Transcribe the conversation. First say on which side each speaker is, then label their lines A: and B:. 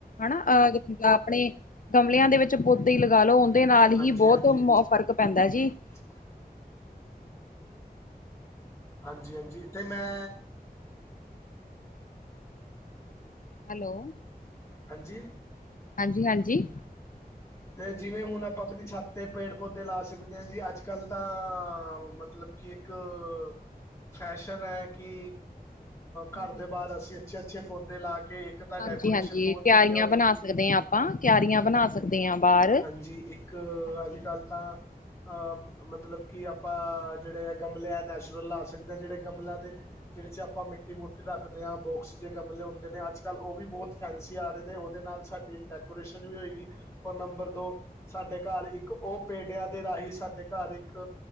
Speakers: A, on the left; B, on the left.
A: ਹਨਾ ਅਹ ਆਪਣੇ ਗਮਲਿਆਂ ਦੇ ਵਿੱਚ ਪੋਦੇ ਹੀ ਲਗਾ ਲੋ ਉਹਦੇ ਨਾਲ ਹੀ
B: ਹਾਂਜੀ
A: ਬਹੁਤ
B: ਹਾਂਜੀ
A: ਫ਼ਰਕ ਪੈਂਦਾ ਜੀ
B: <inaudible> ਹਾਂਜੀ- ਹਾਂਜੀ ਤੇ ਮੈਂ
A: ਹੈਲੋ!
B: ਹਾਂਜੀ।
A: ਹਾਂਜੀ -ਹਾਂਜੀ।
B: ਤੇ ਜਿਵੇਂ ਹੁਣ ਆਪਾਂ ਆਪਣੀ ਛੱਤ ਤੇ ਪੇੜ ਪੌਦੇ ਲਾ ਸਕਦੇ ਹਾਂ ਜੀ ਅੱਜ -ਕੱਲ੍ਹ ਤਾਂ ਮਤਲਬ ਕਿ ਇੱਕ ਅਅ ਫੈਸ਼ਨ ਐ ਕਿ
A: ਹਮ
B: ਘਰ
A: ਹਮ
B: ਦੇ ਬਾਹਰ ਅਸੀਂ ਅੱਛੇ-ਅੱਛੇ ਪੌਦੇ ਲਾ ਕੇ ਤਾਂ ਡੈਕੋਰੇਸ਼ਨ
A: ਹਾਂਜੀ-ਹਾਂਜੀ
B: ਬਹੁਤ
A: ਕਿਆਰੀਆਂ
B: ਵਧੀਆ ਹੋ
A: ਬਣਾ
B: ਜਾਏਗੀ
A: ਸਕਦੇ ਹਾਂ। ਆਪਾਂ ਕਿਆਰੀਆਂ ਬਣਾ ਸਕਦੇ ਹਾਂ ਬਾਹਰ
B: ਹਾਂਜੀ, ਇੱਕ
A: ਹਾਂਜੀ
B: ਅੱਜ-ਕੱਲ੍ਹ ਤਾਂ ਅਹ-‌- ਮਤਲਬ ਕਿ ਆਪਾਂ ਜਿਹੜੇ ਆ ਗਮਲੇ ਆ ਨੈਚੁਰਲ ਲਾ ਸਕਦੇ ਹਾਂ ਜਿਹੜੇ ਗਮਲਿਆ ਦੇ ਜਿਹੜੇ ਚ ਆਪਾਂ ਮਿੱਟੀ-ਮੂਟੀ ਰੱਖਦੇ ਹਾਂ ਬੋਕਸ ਜੇ ਗਮਲੇ ਹੁੰਦੇ ਨੇ। ਅੱਜ-ਕੱਲ੍ਹ ਉਹ ਵੀ ਬਹੁਤ ਫੈਂਸੀ ਆ ਰਹੇ ਨੇ, ਉਹਦੇ ਨਾਲ ਸਾਡੀ ਡੈਕੋਰੇਸ਼ਨ ਵੀ ਹੋਏਗੀ। ਔਰ ਨੰਬਰ ਦੋ ਸਾਡੇ ਘਰ ਇੱਕ ਉਹ ਪੇਡਿਆਂ ਦੇ ਰਾਹੀਂ ਸਾਡੇ ਘਰ ਇੱਕ